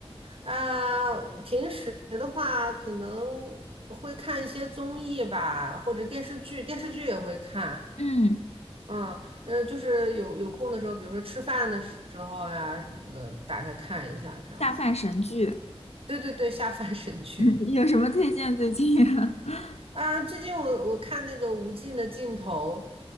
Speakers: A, on the right; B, on the left.
A: 啊，平时的话可能会看一些综艺吧，或者电视剧，电视剧也会看。
B: 嗯，
A: 嗯，呃，就是有有空的时候，比如说吃饭的时候呀什么的，打开看一下这样子。
B: 下饭神剧
A: 对对对，下饭神剧
B: <laughs> 有什么推荐最近啊？<laughs>
A: 啊！最近我我看那个《无尽的尽头》，